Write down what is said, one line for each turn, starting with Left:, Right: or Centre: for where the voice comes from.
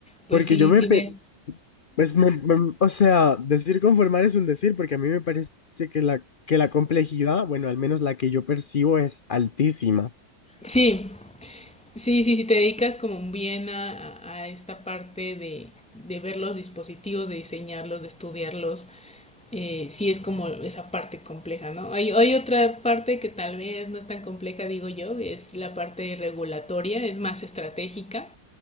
Centre: pues
Left: Porque
Centre: sí
Left: yo me,
Centre: tiene...
Left: pe- pues me- me- o sea, decir conformar es un decir, porque a mí me parece que la, que la complejidad, bueno, al menos la que yo percibo es altísima.
Centre: Sí, sí, sí, si te dedicas como bien a, a- a esta parte de, de ver los dispositivos, de diseñarlos, de estudiarlos eh, sí es como esa parte compleja, ¿no? Hay, hay otra parte que tal vez no es tan compleja, digo yo, es la parte regulatoria, es más estratégica,